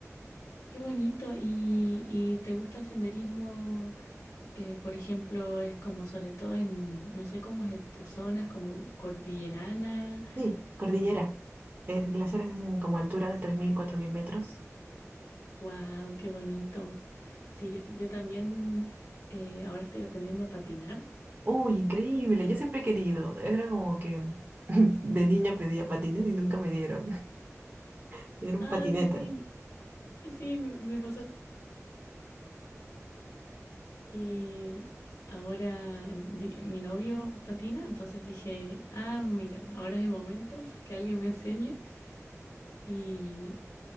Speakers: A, on the left (about 80°); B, on the right (about 35°).
A: Qué bonito. ¿Y, y te gusta el senderismo? eh, por ejemplo, es como sobre todo en, no sé cómo es en tus zonas, como cordillerana.
B: Sí, cordillera.
A: O,
B: Es, glaciares es en como altura de tres mil cuatro mil metros.
A: wow, qué bonito. Sí, yo, yo también eh, ahora estoy aprendiendo a patinar.
B: Uy, increíble, yo siempre he querido. Era como que <laughs> de niña pedía patines y nunca me dieron. <laughs> Me dieron
A: Ay,
B: patineta.
A: sí, sí, me, me pasó. Y ahora em, di- mi novio patina, entonces dije, ah, mira, ahora es el momento <laughs> que alguien me enseñe. Y,